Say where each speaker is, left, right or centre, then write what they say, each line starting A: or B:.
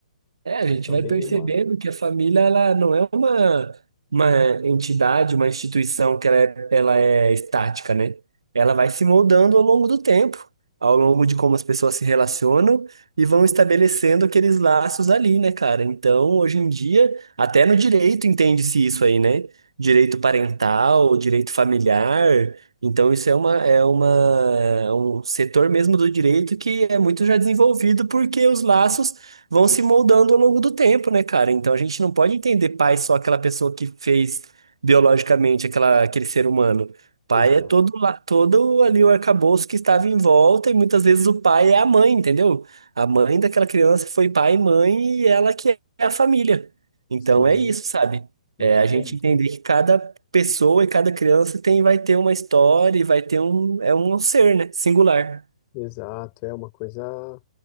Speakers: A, on the right; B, on the left.
A: É, a
B: Mas
A: gente
B: também
A: vai percebendo
B: é uma...
A: que a família ela não é uma, uma entidade, uma instituição que ela é, ela é estática, né? Ela vai se moldando ao longo do tempo, ao longo de como as pessoas se relacionam e vão estabelecendo aqueles laços ali, né, cara? Então, hoje em dia, até no direito entende-se isso aí, né? Direito parental, direito familiar. Então, isso é uma, é uma, é um setor mesmo do direito que é muito já desenvolvido porque os laços vão se moldando ao longo do tempo, né, cara? Então a gente não pode entender pai só aquela pessoa que fez biologicamente aquela, aquele ser humano. Pai
B: Exato.
A: é todo, lá- todo ali o arcabouço que estava em volta, e muitas vezes o pai é a mãe, entendeu? A mãe daquela criança foi pai e mãe, e ela que é a família. Então
B: Sim,
A: é isso, sabe?
B: muito
A: É a
B: bom,
A: gente
B: muito
A: entender
B: bom.
A: que cada pessoa e cada criança tem, vai ter uma história e vai ter um, é um ser, né? Singular.
B: Exato, é uma coisa,